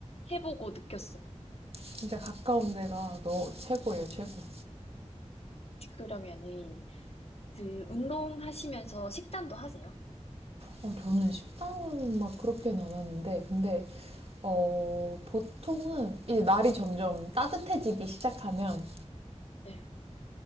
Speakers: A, on the left; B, on the right.
A: 해보고 느꼈어요.
B: 진짜 가까운 데가 너 최고예요, 최고.
A: 그러면은 그 운동하시면서 식단도 하세요?
B: 어, 저는 식단은 막 그렇게는 안 하는데, 근데, 어, 보통은 이제 날이 점점 따뜻해지기 시작하면
A: 네.